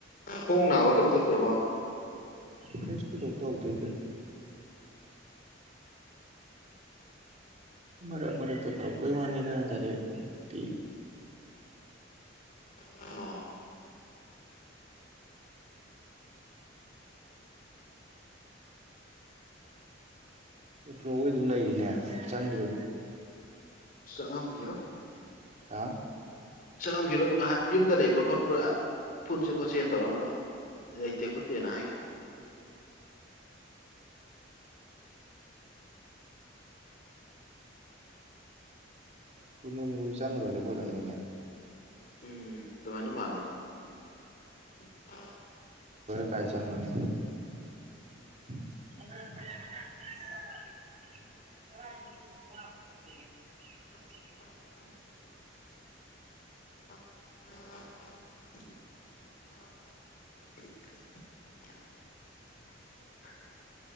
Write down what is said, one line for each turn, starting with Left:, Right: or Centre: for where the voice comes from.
Left: ꯈꯣꯡ ꯅꯥꯕ ꯀꯩꯝ ꯇꯧꯗ꯭ꯔꯕ꯫
Right: ꯀꯩꯁꯨ ꯊꯧꯗꯣꯛ ꯇꯧꯗꯦꯗ꯫ ꯃꯔꯛ ꯃꯔꯛꯇ ꯋꯥꯅꯤ ꯅꯠꯇ꯭ꯔꯗꯤ ꯏ
Left: ꯑꯣ
Right: ꯄ꯭ꯂꯣꯒꯩ ꯑꯗꯨꯝ ꯂꯩꯔꯤꯅꯦ ꯆꯪꯗ꯭ꯔꯤ꯫
Left: ꯆꯪꯑꯝꯈꯤꯔꫭꯏ꯫
Right: ꯍꯥ
Left: ꯆꯪꯉꯝꯈꯤꯔꯣꯏꯕ ꯉꯍꯥꯛ ꯌꯨꯝꯗ ꯂꯩꯕ꯭ꯔꯥ ꯈꯣꯠꯄ꯭ꯔꯥ ꯄꯨꯟꯁꯦ ꯈꯣꯠꯁꯦꯅ ꯇꯧꯔꯛꯝꯕꯅꯦ꯫ ꯥꯂꯩꯇꯦ ꯈꯣꯠꯇꯦꯅ ꯍꯥꯏꯈꯤꯕꯅꯤ꯫
Right: ꯀꯨ ꯅꯨꯡꯃꯣꯏ ꯆꯪꯉꯔꯣꯏꯗꯕ ꯑꯣꯏꯔꯝꯅꯤꯅꯦ꯫
Left: ꯎꯝ ꯑꯗꯨꯃꯥꯏꯅ ꯃꯥꯂꯦ꯫ <inaudible>
Right: ꯇꯥꯏ ꯆꯪꯕꯅꯤ꯫ <unintelligible> <unintelligible>
Left: <unintelligible> <unintelligible> <unintelligible>